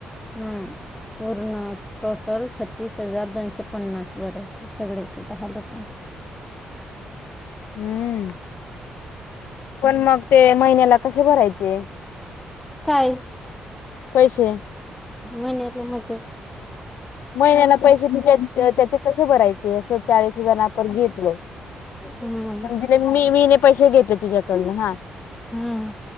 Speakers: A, in the centre; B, on the left (about 75°).
A: हम्म पूर्ण टोटल छत्तीस हजार दोनशे पन्नास भरायचे सगळ्याचे दहा लोकांचे.
B: हम्म पण मग ते महिन्याला कसे भरायचे?
A: कायच
B: पैशे
A: महिन्यातले मजे
B: महिन्याला पैशे <unintelligible> त्याचे कशे भरायचे असं चाळीस हजार आपण घेतलो.
A: हम्म
B: समजले मी मीने पैसे घेतले तुझ्याकडूनं हा
A: हम्म.